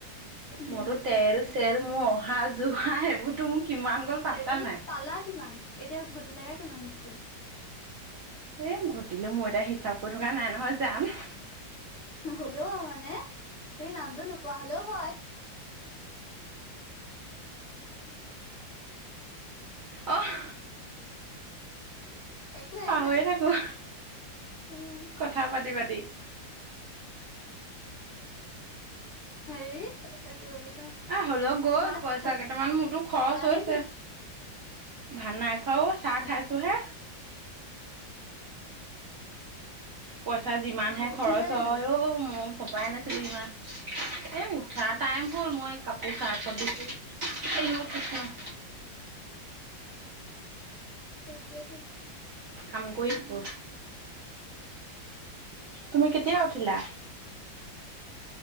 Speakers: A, on the left; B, on the right.
A: উম
B: মোৰতো তেল তেল মোৰ অহা জোৱা সেইবোৰতো মোৰ কিমান গ'ল। পাত্তা
A: হেৰি
B: নাই।
A: পালা কিমান এতিয়া ঘটিলা গে কিমান টোটেল।
B: এ ঘটিলো মোৰ এতিয়া হিচাপ কৰি থকা নাই নহয় যান।
A: হ'লেও মানে তুমি নামটো নোকোৱা হলেও হয়।
B: অহ।
A: একো নাই
B: পাহৰি
A: একো নাই
B: এ থাকো
A: উম
B: কথা পাতি পাতি।
A: হেৰি এইটো কি বুলি কয়
B: এ হ'লেও গ'ল
A: ভাত
B: পইচা
A: খালা
B: কেইটামান মোৰতো খৰচ হৈছে
A: নে কি?
B: ভাত নাই খোৱাও চাহ
A: অ
B: খাইছো হে। পইচা যিমানহে
A: অ উঠি
B: খৰচ
A: যায়
B: হয়
A: মানে
B: অ মই ভবাই নাছিলো ইমান এ উঠা টাইম হ'ল। মই কাপোৰ চাৰ্ফত দিছো আইও কৃষ্ণ <inaudible>
A: তাকেতো
B: কাম কৰি আছো। তুমি কেতিয়া উঠিলা?